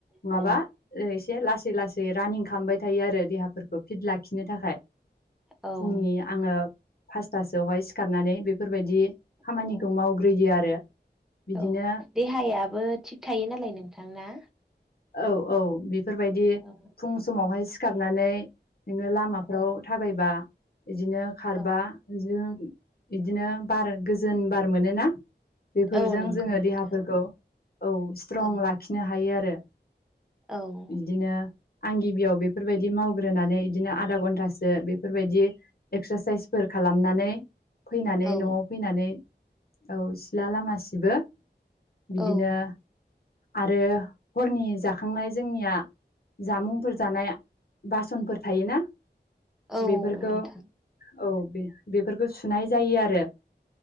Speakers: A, on the left (about 60°); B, in the centre.
A: नङाबा
B: औ
A: एसे लासै लासै रानिं खालामबाय थायो आरो देहाफोरखौ फिट लाखिनो थाखाय।
B: औ
A: फुंनि आङो फासथासोआवहाय सिखारनानै बेफोरबायदि खामानिखौ
B: औ
A: मावग्रोयो आरो बिदिनो
B: औ देहायाबो थिग थायो नालाय नों थां ना
A: औ औ बेफोरबायदि
B: औ
A: फुं समावहाय सिखारनानै नोङो लामाफ्राव
B: औ
A: थाबायबा बिदिनो खारबा
B: औ
A: इदिनो बिदिनो बार गोजोन बार मोनोना। बेफोरजों
B: औ नंगौ
A: जोङो
B: नोंथां
A: देहाफोरखौ औ स्ट्रं
B: औ
A: लाखिनो हायो आरो।
B: औ
A: बिदिनो आं गिबियाव बेफोरबायदि मावग्रोनानै बिदिनो आधा घन्टासो बेफोरबायदि एक्सारसाइसफोर खालामनानै फैनानै
B: औ
A: न'आव फैनानै औ सिला लामा सिबो। बिदिनो
B: औ
A: आरो हरनि जाखांनाय जोंनिया जामुंफोर जानाय बासनफोर थायोना
B: औ
A: बेफोरखौ
B: नोंथां
A: औ बे बेफोरखौ सुनाय जायो आरो